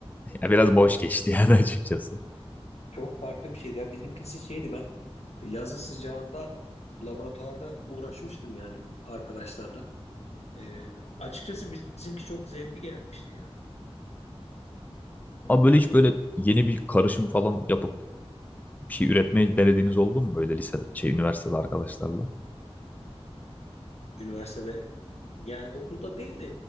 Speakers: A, on the left (about 15°); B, on the left (about 85°).
A: Ya biraz boş geçti <laughs> yani açıkçası.
B: <laughs> Çok farklı bir şeydi ya. Bizimkisi şeydi ben yazın sıcağında laboratuvarda uğraşmıştım yani arkadaşlarla. Ee, açıkçası bizimki çok zevkli gelmişti ya.
A: Ama böyle hiç böyle yeni bir karışım falan yapıp bir şey üretmeye denediğiniz oldu mu böyle lisede, şey üniversitede arkadaşlarla?
B: Üniversitede yani okulda değil de